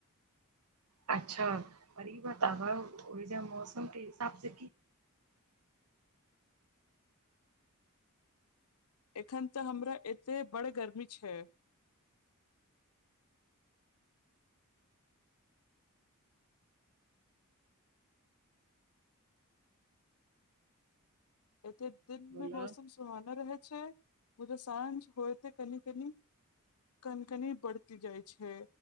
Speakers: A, on the right; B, on the left.
A: अच्छा पर ई बताबऽ ओहिजह मौसम के हिसाब से की
B: एखन तऽ हमरा एतय बड़ गर्मी छै एते दिन
A: बोलऽ
B: मे मौसम सुहाना रहै छै मुझा साँझ होते कनि कनी कन कनी बढ़ैत जाइ छै